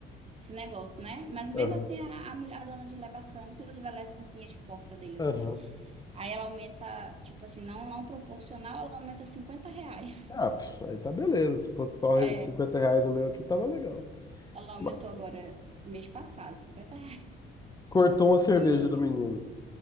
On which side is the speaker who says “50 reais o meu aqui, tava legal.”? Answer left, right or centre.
Left